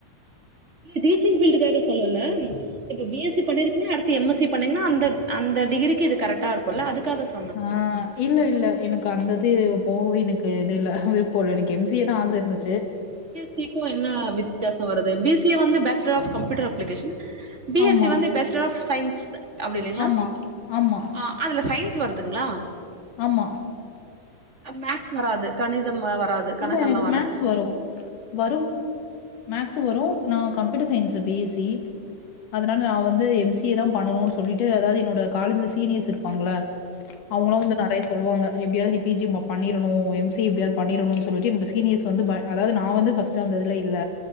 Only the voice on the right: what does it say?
டீச்சிங் ஃபீல்டுகாக சொல்லலம் இப்ப பி. எஸ். சி பண்ணிருக்கீங்க அடுத்து எம். எஸ். சிப் பண்ணீங்னா அந்தக் அந்த டிகிரிக்கி இது கரெக்ட்டா இருக்குல்ல அதுக்காக சொ
சிப்போ என்ன வித்யாசோ வருது பி. சி ஏ வந்து bachelor of computer application B.
S. C வந்து பேச்சுலர் ஆஃப் சயின்ஸ் அப்டி இல்லைங்ளா
ஆ அதுல சயின்ஸ் வருதுங்ளா
அ மேக்ஸ் வராது கணிதம் அ வராது கணக்கெல்லா
வராது